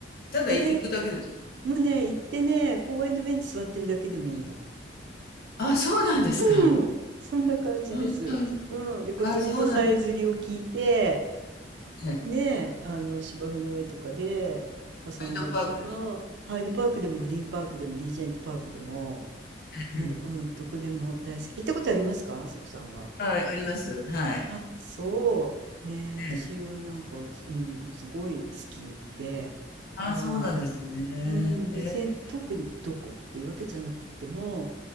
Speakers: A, on the left; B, on the right.
A: ただ行くだけですか。
B: えー、もうね行ってね公園のベンチ座ってるだけでもいいの。
A: ああ、そうなんですか。
B: うんそんな感じです。
A: うん。
B: うん、で小鳥のさえずりを聞いて
A: ああ、そうなんですね。
B: ねえ、あの芝生の上とかで遊んだりとか、
A: ハイドパークですか。
B: ハイドパークでもグリーンパークでもリージェントパークでも、
A: うん
B: うんうん、どこでも大好き。行ったことありますか、あそこさんは。
A: はい、あります。はい。
B: あ、そう。ねえ、私はなんか、
A: ええ。
B: うん、すごい好きで、
A: ああ、
B: は
A: そうなんですね。
B: い、うん、別に特にどこっていうわけじゃなくても、